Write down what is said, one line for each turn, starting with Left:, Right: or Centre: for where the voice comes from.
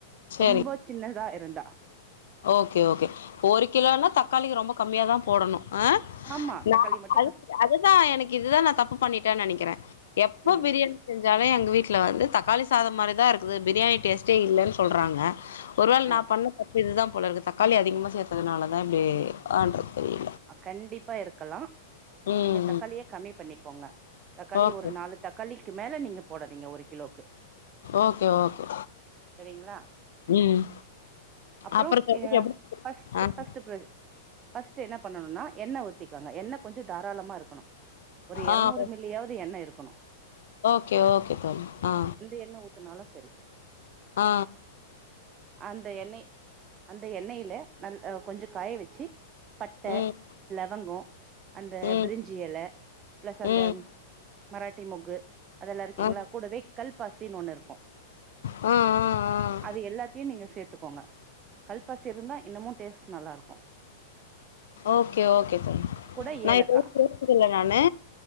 Left: சேரி
Right: ரொம்ப சின்னதா இருந்தா
Left: ஓகே ஓகே ஒரு கிலோனா தக்காளிக்கு ரொம்ப கம்மியாதான் போடணு ஆ
Right: ஆமா தக்காளி
Left: நா
Right: மட்டு
Left: அ
Right: க
Left: அதுதா எனக்கு இதுதா நா தப்பு பண்ணிட்டேனு நினைக்கிறே எப்ப
Right: ம்
Left: பிரியாணி செஞ்சாலு எங் வீட்ல வந்து தக்காளி சாதம் மாரிதான் இருக்குது பிரியாணி டேஸ்ட்டே இல்லனு சொல்றாங்க ஒரு வேள
Right: ஆ
Left: நா பண்ண இதுதா போலருக்கு தக்காளி அதிகமா சேர்த்ததுனால தா இப்டி ஆன்று தெரியு
Right: கண்டிப்பா இருக்கலா
Left: ம்
Right: நீங்க தக்காளியே
Left: ம்
Right: கம்மி பண்ணிக்கோங்க தக்காளி
Left: ஓகே
Right: ஒரு நாலு தக்கா ள்ளிக்கு மேல நீங்க போடறீங்க ஒரு கிலோக்கு
Left: ஓகே ஓகே
Right: சரிங்களா
Left: ம்
Right: அப்புறோ
Left: அப்ற <unintelligible>
Right: எ ஃபஸ்ட்
Left: எஹ்
Right: ஃபஸ்ட் ப்ர ஃபஸ்ட் என்ன பண்ணணுனா என்ன ஒத்து இருக்காங்க என்ன கொஞ்ச தாராளமா இருக்கணு ஒரு இருநூறு
Left: ஆ
Right: மில்லியாவது எண்ணெ இருக் இருக்கணு
Left: ஓகே ஓகே தோழி ஆ
Right: எந்த எண்ணெ ஊத்துனாலு சரி
Left: ஆ
Right: அந்த எண்ணெய் அந்த எண்ணெயில நல் அ கொஞ்ச காய வச்சி பட்ட
Left: ம்
Right: லவங்கோ அந்த
Left: ம்
Right: பிரிஞ்சி இல பிளஸ் அந்த
Left: ம்
Right: மராட்டி மொகு அதெல்லா இருக்கீங்களா
Left: ஆ
Right: கூடவே கல் பாசின்னு ஒண்ணு இருக்கு
Left: ஆ ஆ ஆ
Right: அது எல்லாத்தையு நீங்க சேர்த்துக் கோங்க கல்பாசி இருந்தா இன்னமு டேஸ்ட் நல்லா இருக்கு
Left: ஓகே ஓகே தோழி
Right: கூட
Left: நான்ப்ப
Right: ஏலக்கா
Left: பேசதுல நானு